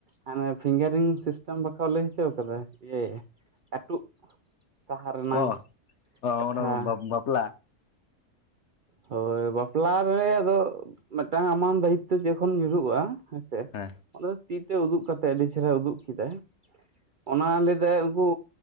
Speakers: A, on the right (about 70°); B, on the left (about 60°).
A: ᱦᱟᱱᱮ ᱯᱷᱤᱝᱜᱟᱨᱤᱝ ᱥᱤᱥᱴᱮᱢ ᱵᱟᱠᱚ ᱞᱟᱹᱭ ᱦᱚᱪᱚ ᱠᱟᱫᱟ ᱡᱮ ᱠᱟᱹᱴᱩᱵᱼᱼ ᱥᱟᱦᱟ ᱨᱮᱱᱟᱝ
B: ᱚ ᱚ
A: ᱠᱟᱛᱷᱟ
B: ᱚᱱᱟ
A: ᱾
B: ᱵᱟᱯᱞᱟ
A: ᱦᱳᱭ ᱵᱟᱯᱞᱟ ᱨᱮ ᱟᱫᱚ, ᱢᱤᱫᱴᱟᱝᱼᱼ ᱥᱟᱱ ᱫᱟᱭᱤᱛᱚ ᱡᱚᱠᱷᱚᱱ ᱧᱩᱨᱦᱩᱜᱚᱜᱼᱟ ᱦᱮᱸᱥᱮ,
B: ᱦᱮᱸ
A: ᱚᱱᱟ ᱛᱤ ᱛᱮ ᱩᱫᱩᱜ ᱠᱟᱛᱮ ᱟᱹᱰᱤ ᱪᱮᱦᱨᱟ ᱩᱫᱩᱜ ᱠᱮᱫᱟᱭ ᱾ ᱚᱱᱟ ᱞᱟᱹᱭ ᱫᱟᱭ ᱩᱱᱠᱩ,